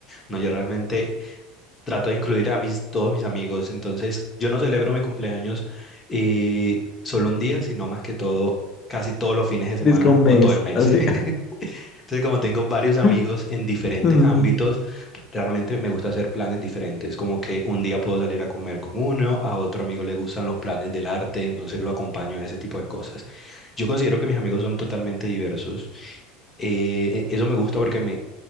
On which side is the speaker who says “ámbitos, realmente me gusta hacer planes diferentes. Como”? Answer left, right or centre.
Left